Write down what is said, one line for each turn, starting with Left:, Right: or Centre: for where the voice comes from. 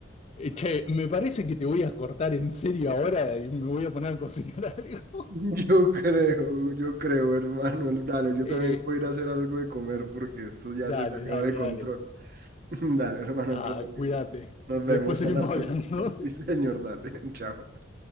Left: Eh, Che, me parece que te voy a cortar en serio ahora y me voy a poner a cocinar <laughs> algo.
Right: Yo creo, yo creo, hermano. Dale, yo
Left: Eh,
Right: también voy a ir a hacer algo de comer porque esto
Left: dale,
Right: ya se salió
Left: dale,
Right: de control.
Left: dale.
Right: <laughs> Dale, hermano,
Left: Ah,
Right: todo bien.
Left: cuídate.
Right: Nos
Left: Después
Right: vemos
Left: seguimos
Right: a la próxima.
Left: hablando.
Right: <laughs> Sí,
Left: <laughs>
Right: señor, dale. <laughs> Chao.